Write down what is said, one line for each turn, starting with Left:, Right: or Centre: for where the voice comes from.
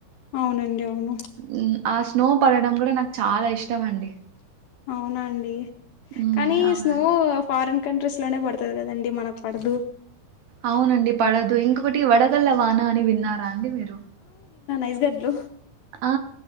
Left: అవునండి అవును
Right: మ్మ్. ఆ స్నో పడడం కూడా నాకు చాలా ఇష్టం అండి
Left: అవునాండి
Right: మ్మ్
Left: కానీ
Right: అవునండి
Left: స్నో ఫారెన్ కంట్రీస్ లోనే పడుతుంది కదండి మనకు పడదు
Right: అవునండి పడదు ఇంకొకటి వడగల్ల వాన అని విన్నా రా అండి మీరు
Left: ఐస్ గడ్లు
Right: ఆ